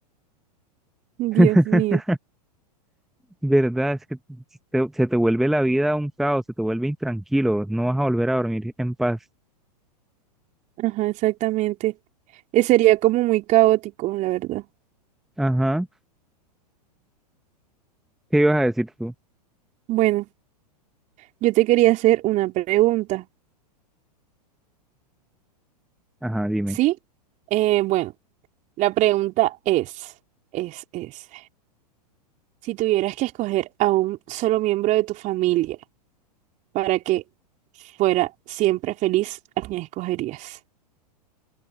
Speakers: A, on the right (about 35°); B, in the centre.
A: Dios
B: <laughs>
A: mío.
B: ¿Verdad? Es que te- se te vuelve la vida un caos, se te vuelve intranquilo, no vas a volver a dormir en paz.
A: Ajá, exactamente. Eh, sería como muy caótico, la verdad.
B: Ajá. ¿Qué ibas a decir tú?
A: Bueno, yo te quería hacer una pregunta.
B: Ajá, dime.
A: Sí. Eh, bueno, la pregunta es, es, es, si tuvieras que escoger a un solo miembro de tu familia para que fuera siempre feliz, ¿a quién escogerías?